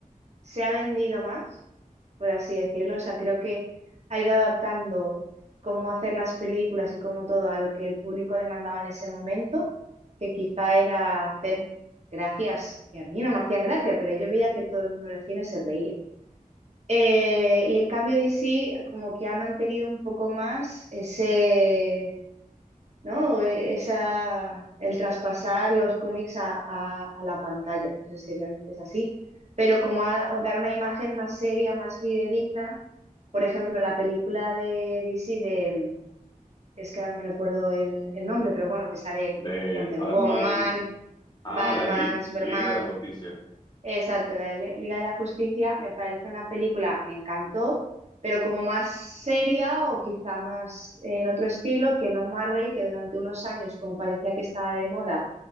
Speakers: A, on the right (about 50°); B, on the left (about 30°).
A: se ha vendido más, por así decirlo. O sea, creo que ha ido adaptando cómo hacer las películas y cómo todo a lo que el público demandaba en ese momento, que quizá era hacer gracias, que a mí no me hacían gracia, pero yo veía que todo el mundo en el cine se reía. Eh, y en cambio DC como que ha mantenido un poco más ese ¿no? E- Esa, el traspasar los cómics a, a- a la pantalla, no sé si realmente es así, pero como a- o dar una imagen más seria, más fidedigna, por ejemplo, la película de DC de, es que ahora no recuerdo el, el nombre, pero bueno, que sale
B: De
A: Wonder
B: Batman
A: Woman,
B: a
A: Batman,
B: la de Li-
A: Superman.
B: Liga de la Justicia.
A: Exacto, la de Liga de la Justicia me parece una película, me encantó, pero como más seria o quizá más eh, en otro estilo que no Marvel, que durante unos años, como parecía que estaba de moda,